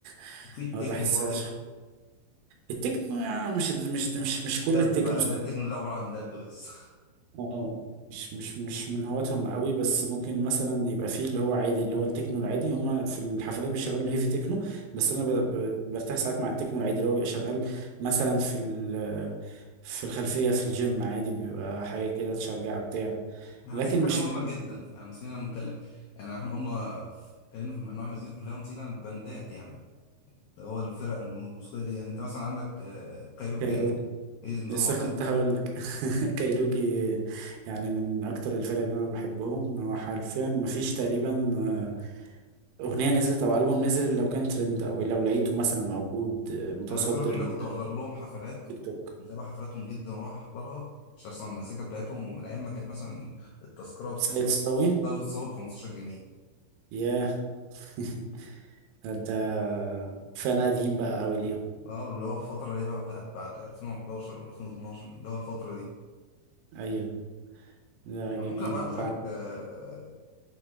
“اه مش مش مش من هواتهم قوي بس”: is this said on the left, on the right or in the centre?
Right